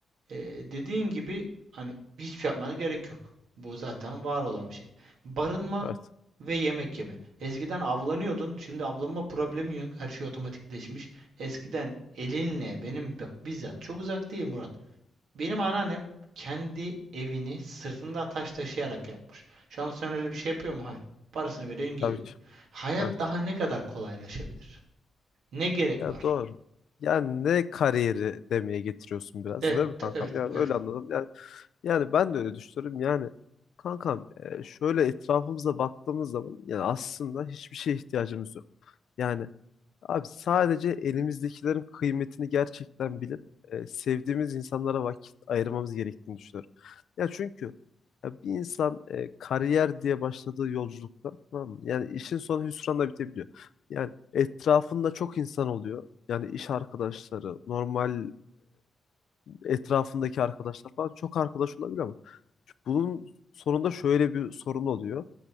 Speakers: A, on the right (about 80°); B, on the left (about 70°).
A: e, dediğin gibi hani hiçbir şey yapmana gerek yok. Bu zaten var olan bir şey. Barınma
B: Evet,
A: ve yemek yeme. Eskiden avlanıyordun, şimdi avlanma problemi yok. Her şey otomatikleşmiş. Eskiden elinle benim bak bizzat çok uzak değil Murat. Benim anneannem kendi evini sırtında taş taşıyarak yapmış. Şu anda sen öyle bir şey yapıyor mu? Hayır. Parasını veriyorsun geliyor.
B: tabii ki.
A: Hayat
B: Evet.
A: daha ne kadar kolaylaşabilir? Ne gerek
B: Ya
A: var?
B: doğru. Yani ne kariyeri demeye getiriyorsun biraz
A: Evet,
B: değil mi kankam?
A: evet,
B: Yani
A: evet.
B: öyle anladım. Yani, yani ben de öyle düşünüyorum. Yani kankam e, şöyle etrafımıza baktığımız zaman yani aslında hiçbir şeye ihtiyacımız yok. Yani Abi sadece elimizdekilerin kıymetini gerçekten bilip e, sevdiğimiz insanlara vakit ayırmamız gerektiğini düşünüyorum. Ya çünkü ya bir insan e, kariyer diye başladığı yolculukta tamam mı? Yani işin sonu hüsranla bitebiliyor. Yani etrafında çok insan oluyor. Yani iş arkadaşları, normal e, etrafındaki arkadaşlar falan çok arkadaş olabilir ama bunun sonunda şöyle bir sorun oluyor